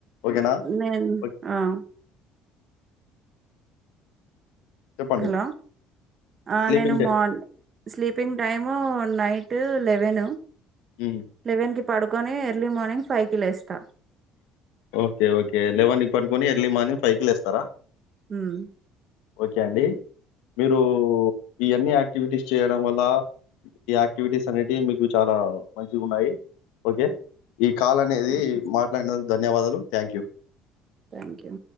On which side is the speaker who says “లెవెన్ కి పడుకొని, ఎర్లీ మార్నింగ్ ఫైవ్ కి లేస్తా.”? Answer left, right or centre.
Right